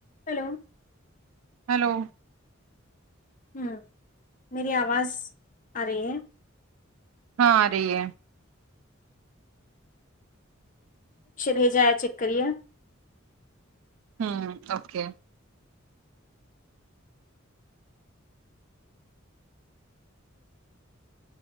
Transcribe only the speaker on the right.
ہلو
ہاں رہی ہے
ہوں اوکے